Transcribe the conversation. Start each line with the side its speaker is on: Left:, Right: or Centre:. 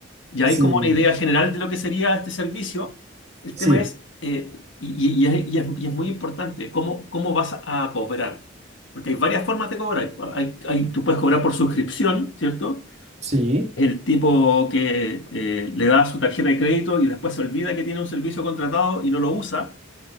Left: Ya
Right: Sí,
Left: hay como una idea general de lo que sería este servicio. El
Right: sí,
Left: tema es, eh, y, y- y es, y es- y es muy importante, cómo, cómo vas a cobrar. Porque hay varias formas de cobrar. Hay- hay- tú puedes cobrar por suscripción, ¿cierto?
Right: sí,
Left: El tipo que eh, le da su tarjeta de crédito y después se olvida que tiene un servicio contratado y no lo usa